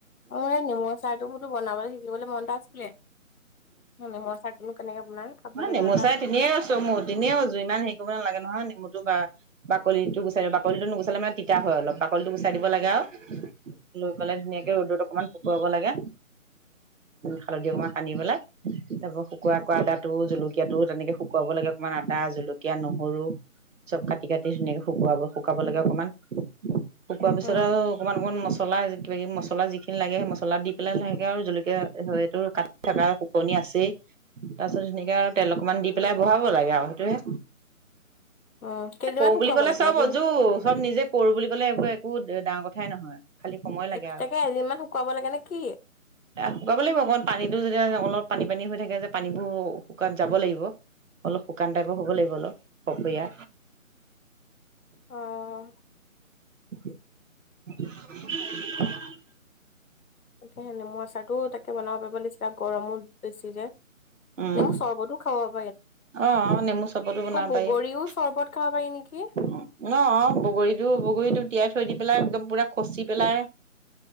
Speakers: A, on the left; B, on the right.
A: মোৰ সেই নেমু আচাৰটো মোৰতো শিকিবলৈ মন এটা আছিলে নেমৰ চাত মোক কেনেকে বনাই খাবলৈ
B: মানে নেমু
A: মন এটা
B: চাই
A: আছিল।
B: তিনেই আছো মুদি তেনেওজো ইমান হেৰি কৰিব নালাগে নহয় নেমু বাকলিটো গুচাই দিব বাকলিটো নুগুচালে মানে তিঁতা হয় অলপ বাকলিটো গুচাই দিব লাগে আৰু লৈ পেলাই ধুনীয়াকে ৰ'দত অকণমান শুকুৱাব লাগে হালধি অকণমান সানি পেলাই তাৰ পৰা শুকুই কৰাদাত টো জলকীয়া টো তেনেকে শুকুৱাব লাগে অকণমান আদা জলকীয়া নহৰু চব কাটি কাটি ধুনাকে শুকুৱাব শুকাব লাগে অকণমান শুকোৱাৰ পিছত
A: উম
B: আৰু অকণমান অকণমান মছলা কিবা কিবি মছলা যিখিনি লাগে সেই মছলা পচলা দি পেলাই লাহেকে আৰু জলকীয়া সটো কাটি থকা শুকনি আছেই তাৰপিছত ধুনাকে আৰু তেল অকণমান দি পেলাই বহাব লাগে আৰু সেইটোহে
A: উম কেইদিনমান
B: কৰো
A: শুকুৱাব
B: বুলি ক'লে
A: লাগে
B: চব
A: এদিন
B: অজু চব নিজে কৰো বুলি ক'লে এইবোৰ একো ডাঙৰ কথাই নহয় খালি সময় লাগে
A: এক
B: আৰু
A: তাকে এদিনমান শুকুৱাব লাগে নে কি?
B: শুকাব লাগিব অকমন পানীটো যেতিয়া অলপ পানী পানী হৈ থাকে যে পানী বোৰ শুকান যাব লাগিব অলপ শুকান টাইপৰ হ'ব লাগিব অলপ ককীয়া
A: আহ
B: নাই
A: সয়া নেমু আচাৰো তাক বনাব পাৰিব লাগছিল গৰমো বেছি যে
B: উম
A: নে মোৰ সৰ্বতো হয়
B: অ অ নেমু চৰবতো বনাব
A: বগৰীও
B: পাৰি ন
A: চৰ্বত খাব পাৰি নেকি?
B: অ বগৰীটো বগৰীটো তিয়াই থৈ দিব পেলাই একদম পুৰা খচি পেলাই